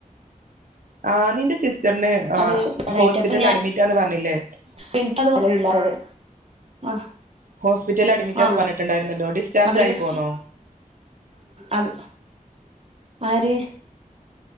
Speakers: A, on the right; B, on the right.
A: ആ നിന്റെ സിസ് സ്റ്ററിന്
B: അത് അതായിട്ട്
A: ഹോസ്പിറ്റലില്
B: അപ്പൊ ഞാൻ
A: അഡ്മിറ്റാന്ന് പറഞ്ഞിലെ
B: എനിക്കത് ഫലമില്ലാതെ ആ
A: ഹോസ്പിറ്റലില് അഡ്മിറ്റാന്ന്
B: ആ
A: പറഞ്ഞിട്ടുണ്ടായിരുന്നല്ലോ ഡിസ്ചാർജ്
B: അവരുടെ
A: ആയി പോന്നോ
B: ആ ആര്